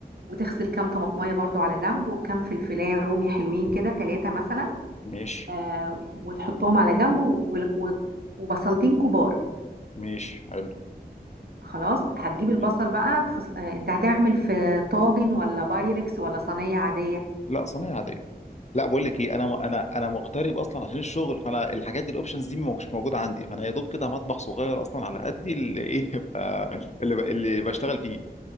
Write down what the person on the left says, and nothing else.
ماشي
ماشي حلو
تمام
لا صينيه عاديه لا بقول لك ايه انا
انا انا مغترب اصلا عشان الشغل فانا الحاجات دي الاوبشنز دي مش موجوده عندي فانا يا دوب كده مطبخ صغير اصلا على قدي اللي ايه <laughs> اللي ب- اللي بشتغل فيه